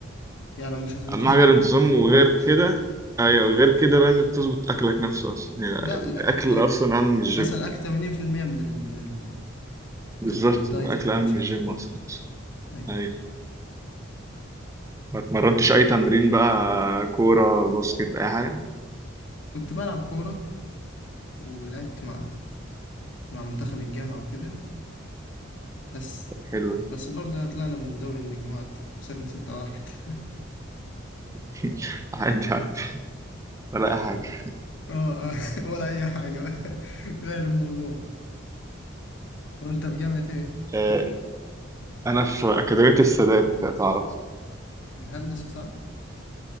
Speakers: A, on the left; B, on the right.
A: يعني لو مش هتنتظم
B: اهم حاجه الانتظام وغير كده ايوه غير كده بقى انك تظبط اكلك نفسه اصلا يعني
A: لا لا
B: الاكل
A: ما- ايوه
B: اصلا اهم من الجيم
A: مثلا اكل 80% من ال... من ال...
B: بالظبط
A: من الدايت
B: الاكل
A: اللي هتمشي
B: اهم من الجيم
A: عليه
B: اصلا
A: ايوه
B: ايوه ما اتمرنتش اي تمرين بقى كوره باسكت اي حاجه
A: كنت بلعب كوره ولعبت مع مع منتخب الجامعه وكده بس
B: حلو
A: بس برضه يعني طلعنا من دوري المجموعات خسرنا 6-1 <laughs>
B: <laughs> عادي عادي ولا أي حاجة
A: اه آه، ولا اي حاجه <laughs> غير الموضوع وانت في جامعه ايه
B: آه، أنا في أكاديمية السادات تعرف
A: الهندسة صح؟